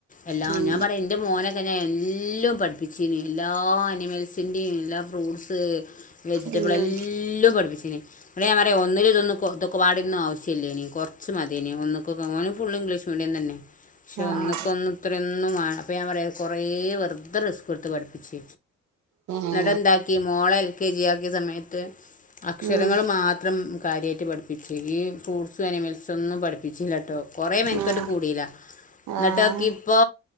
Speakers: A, on the left; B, on the right.
A: എല്ലാ
B: ഉം
A: ഞാൻ പറയാ എന്റെ മോനൊ തന്നെ ഞാൻ എല്ലാം പഠിപ്പിച്ചിന്ന് എല്ലാം അനിമൽസിന്റെയും എല്ലാ ഫ്രൂട്ട്സ് വെജിറ്റബിൾ
B: ഉം
A: എല്ലാം പഠിപ്പിച്ചിന്ന് ആ ഞാൻ പറയാ ഒന്നും ഇല്ല ഒക്കൊടന്നും ആവശ്യമില്ലേ ഇനി കുറച്ച് മതിനോ ഓൻ ഓ ഫുൾ ഇംഗ്ലീഷ് മീഡിയം തന്നെ പക്ഷെ
B: ആഹ്
A: ഒന്നക്ക് ഒന്ന് ഇത്തര എന്നും വേണം അപ്പൊ ഞാൻ പറയാ കുറേ വെറുതെ റിസ്ക് എടുത്ത് പഠിപ്പിച്ച്
B: ഏഹ്
A: എന്നിട്ട്ന്താക്കി മോള് എൽ കെ ജി ആക്കിയ സമയത്ത് അക്ഷരങ്ങൾ
B: ഉം
A: മാത്രം കാര്യമായിട്ട് പഠിപ്പിച്ച് ഈ ഫ്രൂട്ട്സും അനിമൽസൊന്നും പഠിപ്പിച്ചില്ല കേട്ടോ കുറെ മേനക്കെട്ട്
B: ആഹ്
A: കൂടിയില്ല
B: ആഹ്
A: നട്ടോക്ക് ഇപ്പൊ